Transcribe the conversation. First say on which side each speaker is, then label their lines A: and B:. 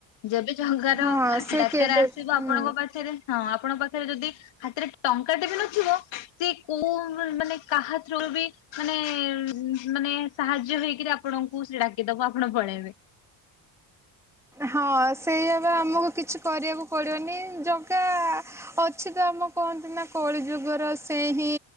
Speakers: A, on the left; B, in the centre.
A: ଯେବେ ଜଙ୍ଗାର
B: ହଁ ସେ
A: ଡାକରା
B: କେବେ
A: ଆସିବ
B: ହୁଁ
A: ଆପଣଙ୍କ ପାଖରେ ହଁ ଆପଣଙ୍କ ପାଖରେ ଯଦି ହାତରେ ଟଙ୍କାଟେ ବି ନଥିବ। ସେ କୋଉ ମାନେ କାହା ଥ୍ରୁରୁ ବି ମାନେ ମାନେ ସାହାଯ୍ୟ ହେଇକିରି ଆ ଆପଣଙ୍କୁ ସେ ଡାକିଦବ ଆପଣ ପଳେଇବେ।
B: ହଁ ସେଇଆ ବା ଆମକୁ କିଛି କରିବାକୁ ପଡ଼ିବନି ଜଗା-ଆ ଅଛି ତ, ଆମ କହନ୍ତି ନା କଳି ଯୁଗର ସେହିଁ କି